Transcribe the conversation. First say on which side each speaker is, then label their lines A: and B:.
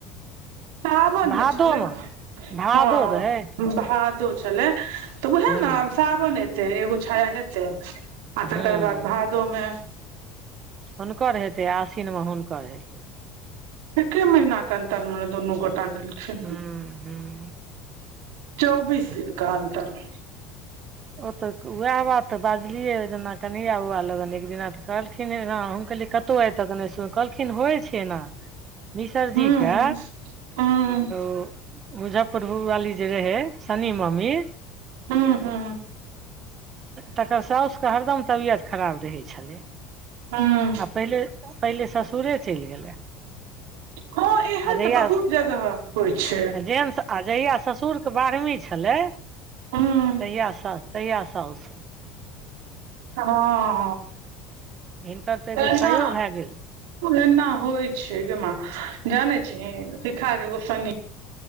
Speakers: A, on the right; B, on the right.
A: साावन
B: भादोमे
A: नय छलै भा -
B: भादो
A: हँ
B: रहै
A: भादो छलै तऽ उहै
B: हूँ
A: नऽ आब साबन एतै एगो छाया हेतै आ
B: हूँ
A: तकर बाद भा दो मे
B: हुनकर हेतै आसिनमे हुनकर हेतै
A: एके महीना कऽ अंतर मऽ नऽ दुनू गोटा गेलखिन
B: हूँ हूँ
A: चौबीस दिनका‌ अंतर मऽ
B: ओ तऽ वैह बात तऽ बाजलियै जेना कनहैया बौआ लगन एक दिना तऽ कहल खिन नऽ हम कहलियै कतहु आय तक नय सुन कहलखिन होइ छै एना मिसरजीके
A: हँ हँ
B: ओ मुजफ्फरपुर वाली जे रहै शनी ममी
A: हुँ हुँ
B: तकर साउस कऽ हरदम तबियत खराब रहै छलै आ
A: हूँ
B: पहिले। पहिले ससुरे चैल गेलै
A: हँ एहन
B: आ जहिया
A: तऽ बहुत जगह होइ छै
B: आ जेन्स आ जहिया ससुर केँ बारहमी छलै
A: हूँ
B: तहिया साउस तहिया साउस।
A: हँ
B: हिनकर तऽ एगो
A: एना
B: छयो भए गेल
A: एना होइ छै गे माँ जानै छिही सिखा केँ एगो संगी